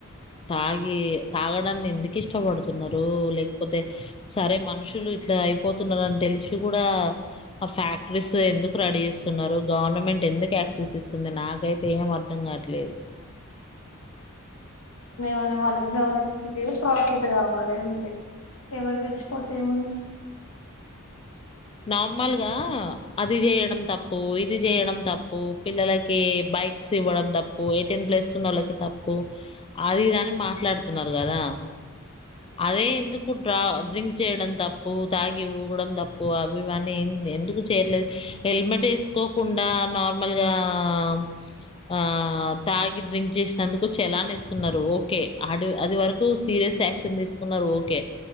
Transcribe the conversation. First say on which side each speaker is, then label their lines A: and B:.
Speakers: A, on the left; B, on the left.
A: తాగి తాగడాన్ని ఎందుకు ఇష్టపడుతున్నారో, లేకపోతే సరే మనుషులు ఇట్లా అయిపోతున్నారు అని తెలిసి కూడా, ఆ ఫ్యాక్టరీస్ ఎందుకు రెడీ చేస్తున్నారో, గవర్నమెంట్ ఎందుకు యాక్సెస్ ఇస్తుంది. నాకైతే ఏం అర్థం కాట్లేదు.
B: వాల్ వాళ్ళకి గవర్నమెంట్ కి ప్రాఫిట్ కావాలి. అంతే ఎవరు చచ్చిపోతే ఏ ముంది.
A: నార్మల్గా అది చేయడం తప్పు. ఇది చేయడం తప్పు. పిల్లలకి బైక్స్ ఇవ్వడం తప్పు. ఎయిటీన్ ప్లస్ ఉన్న వాళ్ళకి తప్పు. అది ఇది అని మాట్లాడుతున్నారు. కదా అదే ఎందుకు డ డ్రింక్ చేయడం తప్పు. తాగి ఊగడం తప్పు. అవి ఇవి అన్ని ఎందుకు చేయలేదు. హెల్మెట్ వేసుకోకుండా నార్మల్గా ఆ ఆ తాగి డ్రింక్ చేసినందుకు చలాని ఇస్తున్నారు. ఓకే అ అది వరకు సీరియస్ యాక్షన్ తీసుకున్నారు. ఓకే